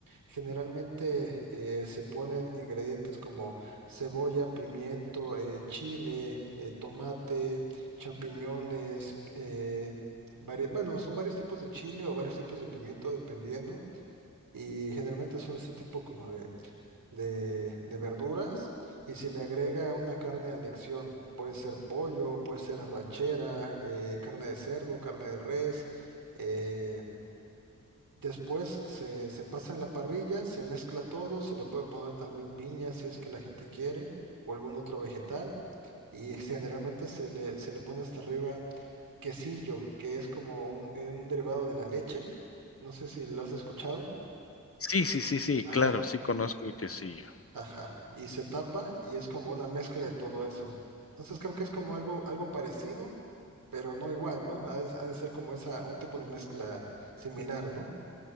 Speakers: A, on the right; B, on the left.
A: Generalmente eh, se ponen ingredientes como cebolla, pimiento, eh, chile, eh, tomate, champiñones. eh, vari- bueno, son varios tipos de chile o varios tipos de pimiento, dependiendo y generalmente son ese tipo como de, de, de verduras y si le agrega una carne a elección. Puede ser pollo, puede ser arrachera, eh, carne de cerdo, carne de res. eh, después se, se pasa en la parrilla, se mezcla todo, se le puede poner también piña si es que la gente quiere o algún otro vegetal y generalmente se le, se le pone hasta arriba quesillo, que es como un, eh, un derivado de la leche. No sé si lo has escuchado.
B: Sí, sí, sí, sí,
A: Ajá.
B: claro, sí conozco el quesillo.
A: Ajá, y se tapa y es como una mezcla de todo eso. Entonces creo que es como algo, algo parecido, pero no igual, ¿no? Ha de, ha de ser como esa, un tipo de mezcla similar, ¿no?